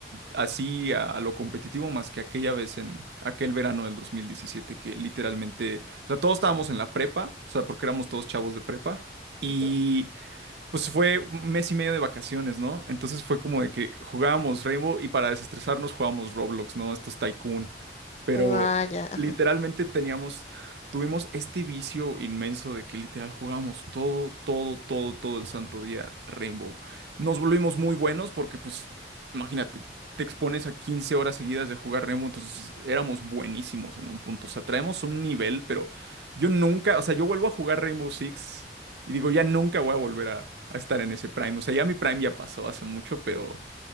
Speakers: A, on the right; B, on the left.
A: así a, a lo competitivo, más que aquella vez en aquel verano del 2017, que literalmente, o sea, todos estábamos en la prepa, o sea, porque éramos todos chavos de prepa. y
B: ujú.
A: pues fue un mes y medio de vacaciones, ¿no? Entonces fue como de que jugábamos Rainbow y para desestresarnos jugábamos Roblox, ¿no? Estos Tycoon. Pero
B: Ah, ya, ajá,
A: literalmente teníamos, tuvimos este vicio inmenso de que literal jugábamos todo, todo, todo, todo el santo día Rainbow. Nos volvimos muy buenos porque, pues, imagínate, te expones a 15 horas seguidas de jugar Rainbow, entonces éramos buenísimos en un punto. O sea, traemos un nivel, pero yo nunca, o sea, yo vuelvo a jugar Rainbow Six. Y digo, ya nunca voy a volver a, a estar en ese Prime. O sea, ya mi Prime ya pasó hace mucho, pero